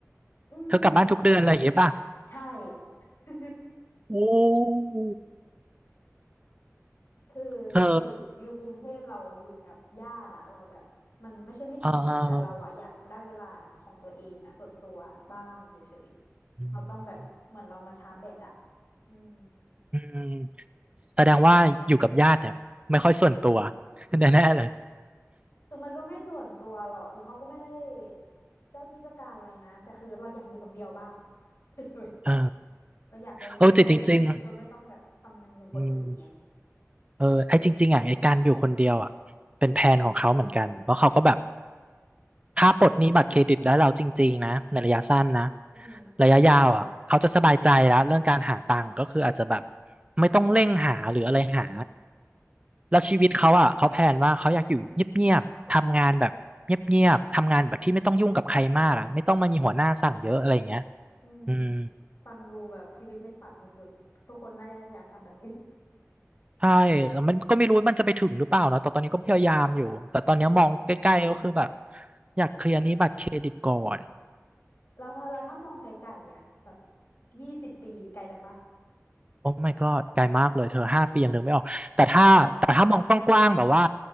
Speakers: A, on the left; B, on the right.
A: อืมแต่
B: เธอกลับบ้านทุกเดือนอะไรอย่างเงี้ยป่ะ
A: ใช่ <laughs>
B: โอ้
A: คือ
B: เธอ
A: อยู่อยู่กรุงเทพเราอยู่กับญาติอะเราแบบมันไม่ใช่ไม่ดีนะแต่เราอะอยากได้เวลาของตัวเองอะส่วนตัวบ้างเฉยๆเราต้องแบบเหมือนเรามาชาร์จแบตอะ
B: เอออืม
A: อืม
B: อืมแสดงว่าอยู่กับญาติเนี่ยไม่ค่อยส่วนตัว <laughs> แน่ๆเลย
A: คือมันก็ไม่ส่วนตัวหรอกคือเขาก็ไม่ได้เจ้าที่เจ้าการอะไรนะแต่คือเราอยากอยู่คนเดียวบ้าง <laughs> เฉย
B: เออ
A: ๆเราอยากไปนู่นไปนี่โดยไม่ต้องแบบคำนึงถึงคนอื่นไง
B: เออจริงจริงๆอืม เออไอ้จริงๆอ่ะไอ้การอยู่คนเดียวอ่ะเป็นแผนของเขาเหมือนกันเพราะเขาก็แบบถ้าปลดหนี้บัตรเครดิตได้แล้วจริงๆนะในระยะสั้นนะ
A: อืม
B: ระยะยาวอ่ะเขาจะสบายใจแล้วเรื่องการหาตังค์ก็คืออาจจะแบบไม่ต้องเร่งหาหรืออะไรหาแล้วชีวิตเขาอ่ะเขาแพลนว่าเขาอยากอยู่เงียบๆทำงานแบบเงียบๆทำงานแบบที่ไม่ต้องยุ่งกับใครมากอ่ะไม่ต้องมามีหัวหน้าสั่งเยอะอะไรอย่างเงี้ย
A: อืม
B: อืม
A: ฟังดูแบบชีวิตในฝันสุดๆ ทุกคนน่าจะอยากทำแบบนี้
B: ใช่แล้วมันก็ไม่รู้มันจะไปถึงหรือเปล่านะแต่ตอนนี้ก็พยายามอยู่ แต่ตอนนี้มองใกล้ๆก็คือแบบ
A: อืม
B: อยากเคลียร์หนี้บัตรเครดิตก่อน
A: แล้วถ้าเราถ้ามองไกลๆอ่ะแบบยี่สิบปีไกลไปปะ
B: โอ้ my god ไกลมากเลยเธอห้าปียังนึกไม่ออกแต่ถ้าแต่ถ้ามองกว้างๆแบบว่า